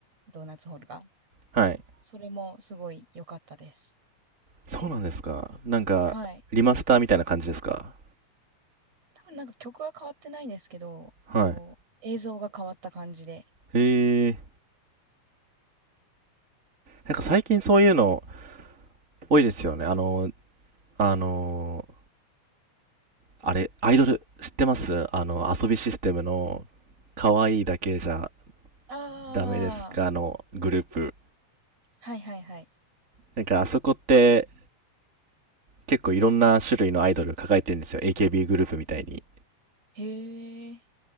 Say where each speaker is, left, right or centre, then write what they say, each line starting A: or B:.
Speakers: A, on the right (about 55°); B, on the right (about 25°).
A: ドーナツホールが。
B: はい。
A: それもすごい良かったです。
B: そうなんですか。なんか、
A: はい。
B: リマスターみたいな感じですか。
A: 多分なんか曲は変わってないんですけど、
B: はい。
A: こう、映像が変わった感じで。
B: へえ。なんか最近そういうの多いですよね。あの、あの、あれ、アイドル知ってますあの、遊びシステムの、可愛いだけじゃ
A: あ
B: ダメですかのグループ。
A: あ、はいはいはい。
B: なんかあそこって結構いろんな種類のアイドル抱えてるんですよ。AKB グループみたいに。
A: へえ、